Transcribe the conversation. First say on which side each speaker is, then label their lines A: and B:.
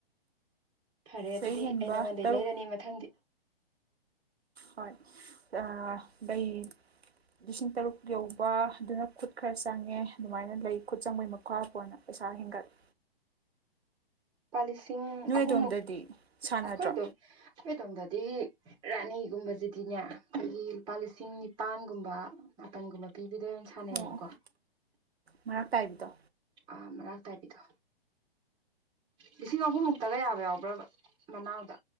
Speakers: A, on the right (about 15°); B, on the right (about 80°).
A: ꯐꯔꯦ
B: ꯁꯤꯗꯩ
A: ꯑꯗꯨꯗꯤ
B: ꯍꯦꯟꯕ
A: ꯑꯩ ꯅꯉꯣꯟꯗꯩ
B: ꯇꯔꯨꯛ
A: ꯂꯩꯔꯅꯤ ꯃꯊꯪꯗꯤ
B: ꯍꯣꯏ ꯑꯥ ꯂꯩ ꯂꯤꯁꯤꯡ ꯇꯔꯨꯛ ꯌꯧꯕ ꯑꯗꯨꯅ ꯈꯨꯠ ꯈꯔ ꯆꯪꯉꯦ ꯑꯗꯨꯃꯥꯏꯅ ꯂꯩ ꯈꯨꯠ ꯆꯪꯕꯩ ꯃꯈꯥ ꯄꯣꯟꯅ ꯄꯩꯁꯥ ꯍꯦꯟꯒꯠꯂꯦ
A: ꯂꯨꯄꯥ ꯂꯤꯁꯤꯡ
B: ꯅꯣꯏ
A: ꯑꯍꯨꯝꯃꯨꯛ
B: ꯑꯗꯣꯝꯗꯗꯤ ꯁꯥꯟꯅꯗ꯭ꯔꯣ
A: ꯑꯩꯈꯣꯏꯗꯣ ꯑꯩꯈꯣꯏꯗꯣꯝꯗꯗꯤ ꯔꯥꯅꯤꯒꯨꯝꯕꯁꯤꯗꯤꯅꯦ ꯑꯩꯈꯣꯏꯒꯤ ꯂꯨꯄꯥ ꯂꯤꯁꯤꯡ ꯅꯤꯄꯥꯟꯒꯨꯝꯕ ꯃꯥꯄꯟꯒꯨꯝꯕ ꯄꯤꯕꯤꯗꯣꯏ ꯁꯥꯟꯅꯩꯌꯦꯕꯀꯣ
B: ꯑꯣ ꯃꯔꯥꯛ ꯇꯥꯥꯏꯕꯤꯗꯣ
A: ꯑꯥ ꯃꯔꯥꯛ ꯇꯥꯏꯕꯤꯗꯣ ꯂꯤꯁꯤꯡ ꯑꯍꯨꯝꯃꯨꯛꯇꯒ ꯌꯥꯕ ꯌꯥꯎꯕ꯭ꯔꯕ ꯃꯅꯥꯎꯗ